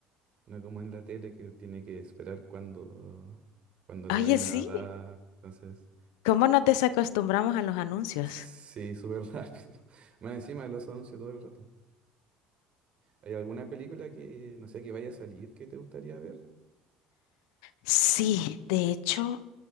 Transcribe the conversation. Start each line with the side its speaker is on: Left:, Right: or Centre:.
Right: No como en la tele que tiene que esperar cuando, cuando lo
Left: Oye,
Right: vayan
Left: sí,
Right: a dar. Entonces...
Left: ¿cómo nos desacostumbramos a los anuncios?
Right: Sí, súper rápido. <laughs> Más encima de los anuncios todo el rato. ¿Hay alguna película que, no sé, que vaya a salir que te gustaría ver?
Left: Sí, de hecho